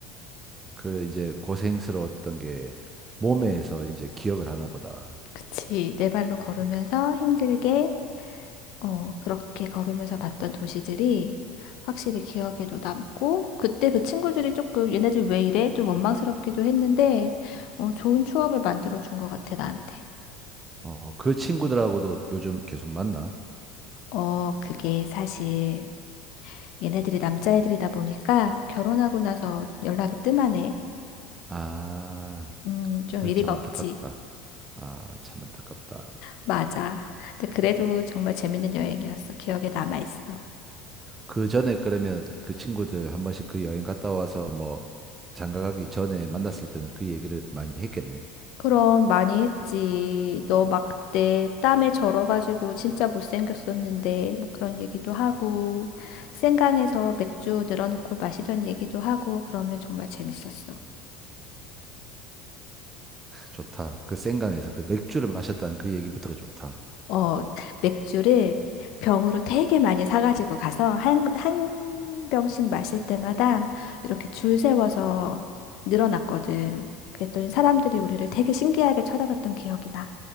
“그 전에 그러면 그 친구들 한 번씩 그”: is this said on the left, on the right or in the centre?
Right